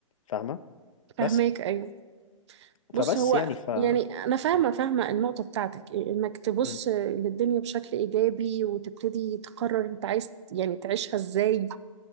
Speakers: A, on the left; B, on the right.
A: فاهمة
B: فهماك
A: بس
B: أيوه بص
A: فبس
B: هو
A: يعني ف
B: يعني انا فاهمه
A: مم.
B: فاهمه النقطه بتاعتك إيه، انك تبص
A: مم.
B: للدنيا بشكل ايجابي وتبتدي تقرر انت عايز يعني تعيشها ازاي